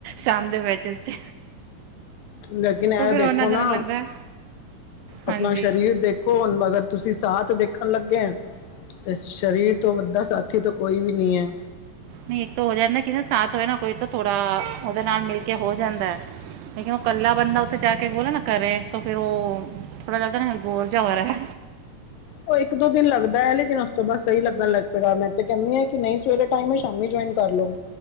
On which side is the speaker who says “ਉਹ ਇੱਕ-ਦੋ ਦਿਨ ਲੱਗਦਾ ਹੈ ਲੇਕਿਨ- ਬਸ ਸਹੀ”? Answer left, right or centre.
Left